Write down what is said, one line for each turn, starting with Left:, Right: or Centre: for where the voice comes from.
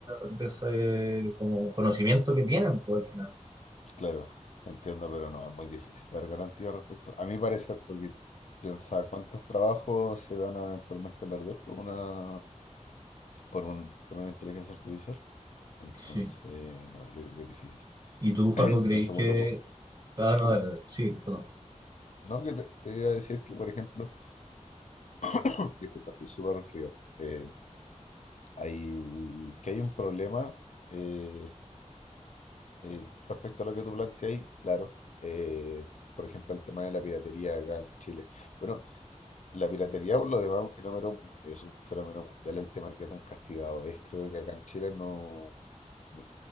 Right: de ese como conocimiento que tienen, pues al final.
Left: Claro, entiendo, pero no, es muy difícil dar garantía respecto, a mi parecer, porque piensa cuántos trabajos se van a eventualmente perder por una, por un, por una inteligencia artificial. Entonces,
Right: Sí.
Left: no, yo creo que es difícil.
Right: ¿Y tú, Joaco,
Left: <clears throat>
Right: creís
Left: Y el segundo
Right: que...
Left: punto,
Right: Ah, no,
Left: ¿cómo?
Right: dale, dale. Sí, perdón.
Left: No, que te, te iba a decir que, por ejemplo, <clears throat> disculpa, estoy súper resfriado. Eh, hay, que hay un problema eh, eh, respecto a lo que tú planteas claro. eh, por ejemplo, el tema de la piratería acá en Chile. Bueno, La piratería, por lo demás, es un fenómeno, mun- es un fenómeno mundial el tema que tan castigado es. Creo que acá en Chile no... Me,